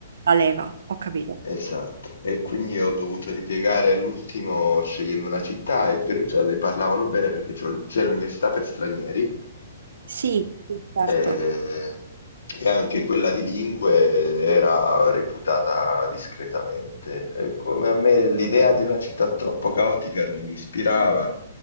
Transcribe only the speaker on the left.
Esatto, e quindi ho dovuto ripiegare all'ultimo scegliendo una città e Perugia ne parlavano bene perché c'ho- c'è l'università per stranieri
e, e anche quella di lingue era reputata discretamente. E come a me l'idea di una città troppo caotica non mi ispirava,